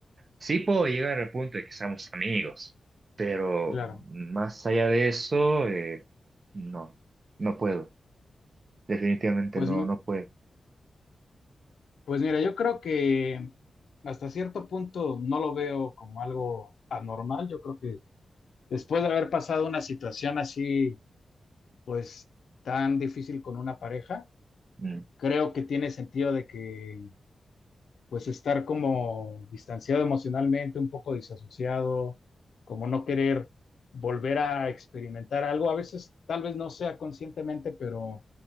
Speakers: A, on the right (about 40°); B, on the left (about 75°).
A: Sí puedo llegar al punto de que seamos amigos, pero
B: claro.
A: más allá de eso, eh, no, no puedo. Definitivamente
B: Pues,
A: no,
B: mi-
A: no puedo.
B: pues mira, yo creo que hasta cierto punto no lo veo como algo anormal. Yo creo que después de haber pasado una situación así, pues tan difícil con una pareja
A: Mm,
B: creo que tiene sentido de que pues estar como distanciado emocionalmente, un poco disasociado, como no querer volver a experimentar algo, a veces tal vez no sea conscientemente, pero